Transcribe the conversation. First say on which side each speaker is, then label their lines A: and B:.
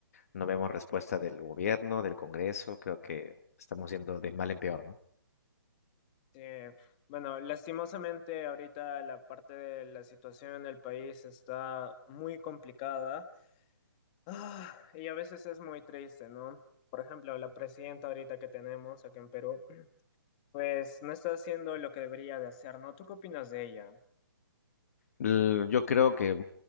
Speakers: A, on the left; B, on the left.
A: No vemos respuesta del gobierno, del Congreso. Creo que estamos yendo de mal en peor, ¿no?
B: Eh, bueno, lastimosamente ahorita la parte de la situación en el país está muy complicada, Ah, y a veces es muy triste, ¿no? Por ejemplo, la presidenta ahorita que tenemos acá en Perú, <clears throat> pues no está haciendo lo que debería de hacer, ¿no? ¿Tú qué opinas de ella?
A: L- Yo creo que,